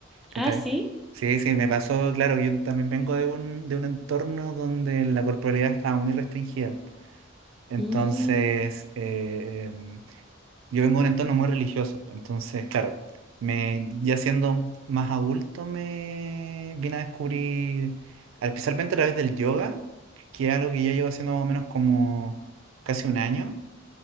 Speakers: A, on the right; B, in the centre.
A: ¿cachai?
B: Ah, sí.
A: Sí, sí, me pasó, claro, yo también vengo de un, de un entorno donde la corporalidad estaba muy restringida. Entonces,
B: Mm,
A: eh, em, yo vengo de un entorno muy religioso, entonces, claro, me, ya siendo más adulto me vine a descubrir, especialmente a través del yoga, que es algo que ya llevo haciendo más o menos como casi un año.